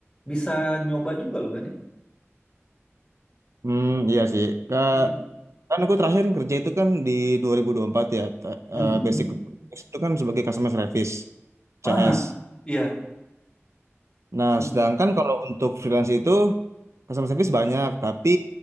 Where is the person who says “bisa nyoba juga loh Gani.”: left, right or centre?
Left